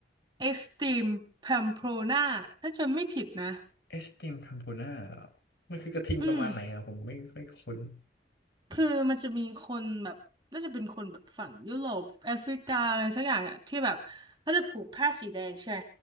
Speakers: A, on the right (about 25°); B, on the left (about 70°).
A: Extreme Pamplona ถ้าจำไม่ผิดนะ
B: เอสติมพัมพูน่าเหรอมันคือกระทิงประมาณไหนอ่ะผมไม่ค่อยคุ้น
A: อืม คือมันจะมีคนแบบน่าจะเป็นคนแบบฝั่งยุโรปแอฟริกาอะไรสักอย่างอ่ะที่แบบเขาจะผูกผ้าสีแดงใช่ไหม